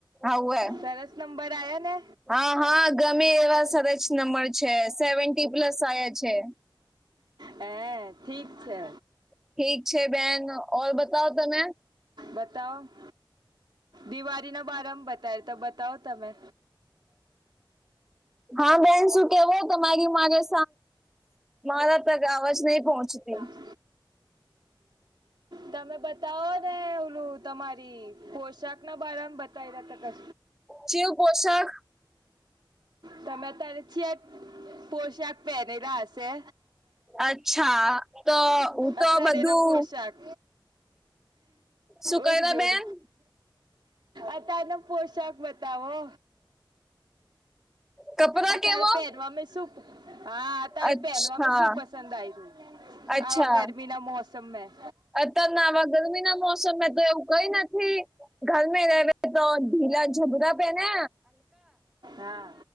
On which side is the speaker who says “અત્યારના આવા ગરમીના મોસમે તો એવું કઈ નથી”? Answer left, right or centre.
Centre